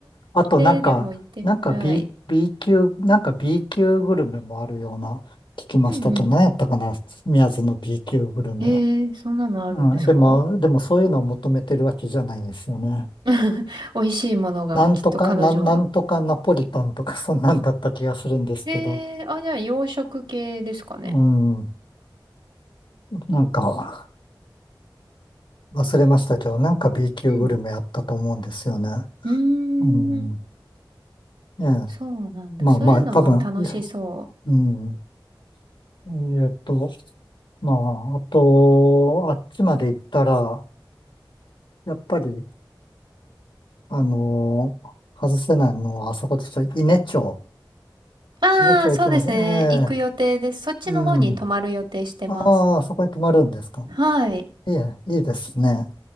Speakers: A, on the left; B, on the right.
A: あとなんか、
B: ー、でも行ってみたい。
A: なんか B、B 級、なんか B 級グルメもあるような聞きましたと、
B: うんうん。
A: 何やったかな、宮津の B 級グルメ。
B: えー、そんなのあるんですか
A: うん、でも、でもそういうのを求めてるわけじゃないですよね。
B: <laughs> 美味しいものが、
A: なんとか、
B: きっと彼女は。
A: なん、なんとかナポリタンとか <laughs> そんなんだった気がするんですけど、
B: えー、あ、じゃあ洋食系ですかね。
A: うん、なんか忘れましたけど、なんか B 級グルメあったと思うんですよね。
B: うん。うー
A: うん、
B: ん、
A: ええ、
B: そうなんだ。
A: まあまあ、
B: そういうのも楽しそ
A: 多分、いやうん。えーっと、まあ、あと、あっちまで行ったら、やっぱり、あのー外せないのは、あそこでしょ、伊根町。
B: う。ああ、
A: 伊根町行きます。
B: そうですね。
A: ええ
B: 行く予定です。そっちの方に泊まる予定してます。
A: うん。ああ、あそこに泊まるんですか。
B: はい。
A: いえ、いいですね。